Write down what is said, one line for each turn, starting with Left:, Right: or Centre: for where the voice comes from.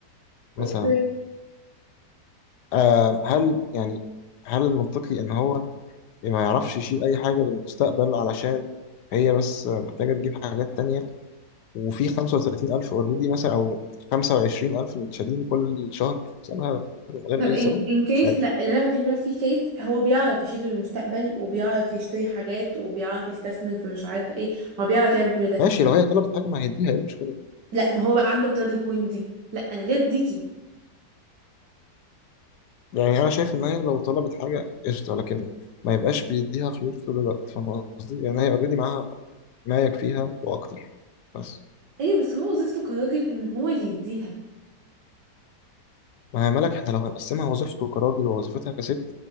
Left: مثلا
Right: اوكي
Left: آه هل يعني هل المنطقي ان هو ما يعرفش يشيل اي حاجه للمستقبل علشان هي بس محتاجه تجيب حاجات تانية وفي 35000 اوريدي مثلا او 25000 متشالين كل شهر في حسابها من غير
Right: طب
Left: اي
Right: ان
Left: سبب
Right: ان كيس
Left: مش عارف
Right: لا اللي انا بكلمك فيه كيس هو بيعرف يشيل المستقبل وبيعرف يشتري حاجات وبيعرف يستثمر في مش عارفه ايه هو بيعرف يعمل كل ده
Left: ماشي لو هي طلبت حاجه ما هيديها ايه المشكله
Right: لا ما هو بقى عنده اعتراض للبوينت دي لا انا ليه اديكي
Left: يعني انا شايف ان هي لو طلبت حاجه قشطه لكن ما يبقاش بيديها فلوس طول الوقت فاهم قصدي لان هي اوريدي معاها ما يكفيها واكتر بس
Right: ايوه بس هو وظيفته كراجل ان هو اللي يديها
Left: ما هي ملك احنا لو هنقسمها وظيفته كراجل ووظيفتها كست